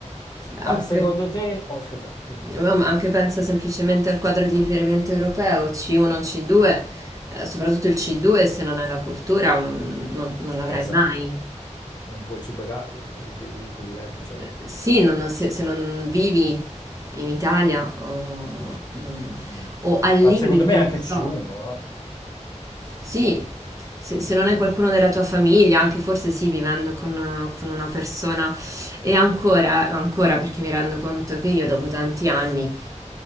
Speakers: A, on the right; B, on the left.
A: anche,
B: Ma secondo
A: per-
B: te... Oh, scusa, dimmi.
A: eh, ma anche penso semplicemente al quadro di riferimento europeo, C1, C2, eh, soprattutto il C2 se non hai la cultura non, non- non l'avrai
B: Esatto.
A: mai.
B: Non puoi superare quei, quelli- quei livelli, certo.
A: Eh, Sì, non- se, se non vivi in Italia o,
B: No.
A: non-
B: Mm.
A: o al
B: Ma
A: limite,
B: secondo me
A: non
B: anche
A: so.
B: C1,
A: Sì, se, se non è qualcuno della tua famiglia, anche forse sì, vivendo con, con una persona. E ancora, ancora perché mi rendo conto che io dopo tanti anni